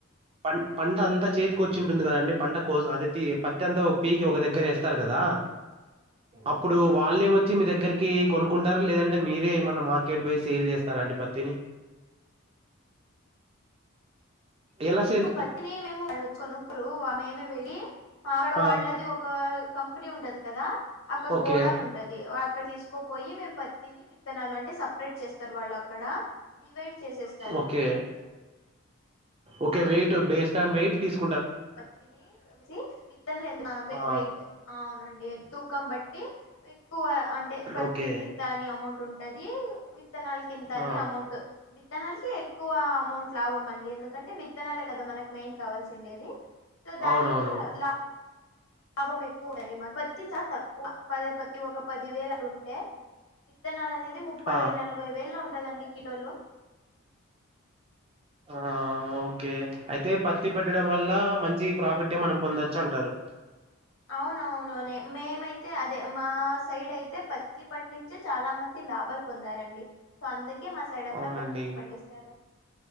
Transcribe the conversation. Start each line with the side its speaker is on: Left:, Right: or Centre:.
Right: పం పంట అంతా చేతికి వచ్చింటుంది కదాండి పంట కోసం అదే పత్తి అంతా ఒక పీకి ఒక దగ్గర వేస్తారు కదా ఆ అప్పుడు వాళ్ళే వచ్చి మీ దగ్గరికి కొనుకుంటారా లేదంటే మీరేమన్న మార్కెట్ బేసి సేల్ చేస్తారా అండి పత్తిని ఎలా సేల్
Left: పత్ని మేముకనుకోరు ఆ మేమ వెళి అక్కడ వాళ్ళది
Right: ఆ!
Left: ఒక కంపెనీ ఉంటది కదా అక్కడ
Right: ఓకే.
Left: గోడాన్ ఉంటది అక్కడ తీసుకోపోయి మేం పత్తిని విత్ విత్తనాలు అంటే సపరేట్ చేస్తారు వాళ్ళు అక్కడ డివైడ్ చేసేస్తారు
Right: okay. Okay weight based on weight తీసుకు
Left: పత్తిని విత్తనలు ఎంత
Right: ఆ!
Left: వెయిట్ అవునండి తూకం బట్టి ఇ ఎక్కువ అంటే పత్తి
Right: ఓకే.
Left: కింత అని అమౌంట్ ఉంటది విత్తనాల కింత అని
Right: ఆ!
Left: అమౌంట్ విత్తనాలకి ఎక్కువ అమౌంట్ లాభం అండి ఎందుకంటే వి విత్తనాలే కదా మనకు మెయిన్ కావాల్సి ఉండేది సో దానికి
Right: అవునవును.
Left: లా లాభం ఎక్కువండి మా పత్తి చాలా తక్కువ పద పత్తి ఒక పది వేలు అట్లుంటే విత్తనాలు అనేది ముప్పై
Right: ఆ!
Left: వేలు నలభై వేల్లో ఉంటుందండి కిలోలు
Right: ఆ!
Left: ఉ
Right: ఓకే. అయితే పత్తి పెట్టడం వల్ల మంచి ప్రాఫిటే మనం పొందచ్చు అంటారు
Left: అవునవును నే మేమైతే అదే మా సైడ్ అయితే పత్తి పండిచి చాలా మంది లాభాలు పొందారండి సో అందుకే మా సైడ్ అంతా
Right: అవునండి
Left: పత్తినే పండిస్తారు